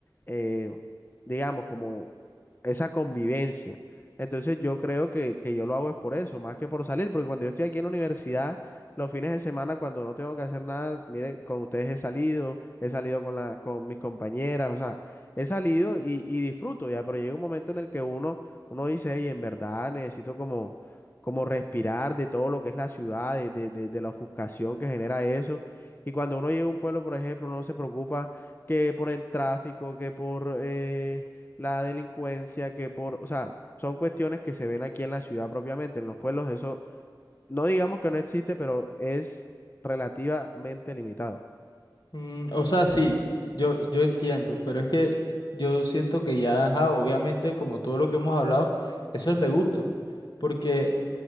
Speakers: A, on the left; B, on the left.
A: eh, digamos, como esa convivencia. Entonces yo creo que, que yo lo hago es por eso, más que por salir, porque cuando yo estoy aquí en la universidad, los fines de semana, cuando no tengo que hacer nada, miren, con ustedes he salido, he salido con la, con mis compañeras, o sea, he salido y, y disfruto ya, pero llega un momento en el que uno, uno dice, y en verdad necesito como, como respirar de todo lo que es la ciudad, de, de, de, de la ofuscación que genera eso. Y cuando uno llega a un pueblo, por ejemplo, uno se preocupa que por el tráfico, que por... eh, la delincuencia, que por, o sea, son cuestiones que se ven aquí en la ciudad propiamente, en los pueblos, eso no digamos que no existe, pero es relativamente limitado.
B: Mm, o sea, sí, yo, yo entiendo, pero es que yo siento que ya, ajá, obviamente, como todo lo que hemos hablado, eso es de gusto. Porque